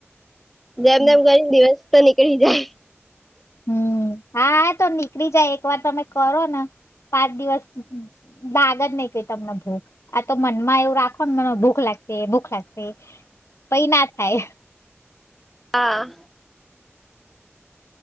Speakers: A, in the centre; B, on the left (about 80°).
A: જેમ
B: હમ
A: તેમમ કરીને દિવસ તો નીકળી જાય.
B: હા હા તો નીકળી જાય એક વાર તમે કરો ને પાંચ દિવસ દાગ જ નહી ક તમને ભૂખ આ તો મનમાં એવું રાખો ને મને ભૂખ લાગે ભૂખ લાગશે પઈ ના થાય
A: હા.